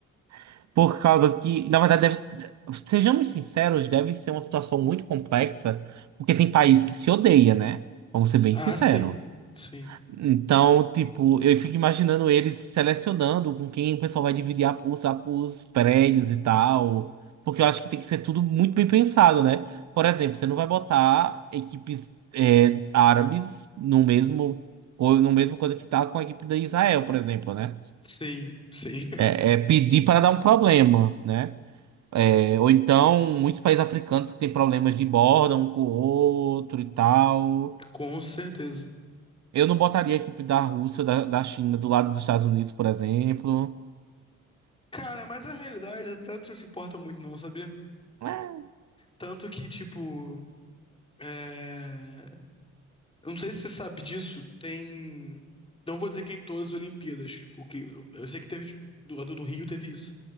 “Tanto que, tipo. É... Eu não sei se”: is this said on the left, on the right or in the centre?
Left